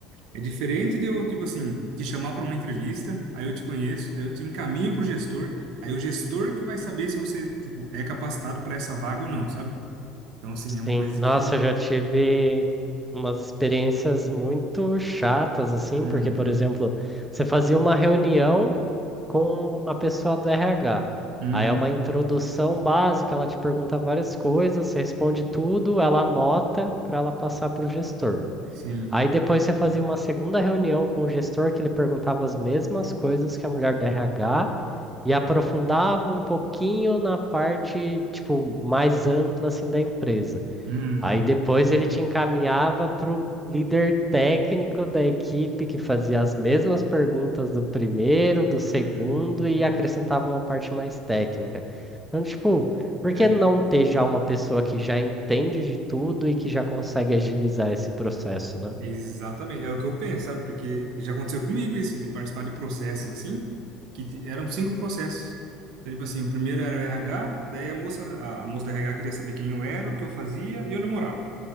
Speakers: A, on the right; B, in the centre.
A: É diferente de eu, tipo assim, te chamar para uma entrevista, aí eu te conheço, aí eu te encaminho pro gestor, aí o gestor que vai saber se você, tipo, é capacitado para essa vaga ou não, sabe? Então, assim, é uma
B: Sim,
A: coisa
B: nossa,
A: que...
B: eu já tive umas experiências muito chatas, assim,
A: Uhum,
B: porque, por exemplo, você fazia uma reunião com a pessoa do RH.
A: uhum,
B: Aí é uma introdução básica, ela te pergunta várias coisas, você responde tudo, ela anota para ela passar para o gestor.
A: sim,
B: Aí depois você fazia uma segunda reunião com o gestor que ele perguntava as mesmas coisas que a mulher do RH e aprofundava um pouquinho na parte, tipo, mais ampla assim da empresa.
A: uhum,
B: Aí depois ele te encaminhava para o líder técnico da equipe que fazia as mesmas perguntas do primeiro, do segundo
A: uhum.
B: e acrescentava uma parte mais técnica. Então, tipo, por
A: É,
B: que não ter já uma pessoa que já entende de tudo e que já consegue agilizar esse processo, né?
A: Exatamente, é o que eu penso, sabe? Porque já aconteceu comigo isso, de participar de processos assim, que t- eram cinco processos. Então, tipo assim, o primeiro era o RH, daí a moça, a, a moça do RH queria saber quem eu era, o que eu fazia e onde eu morava.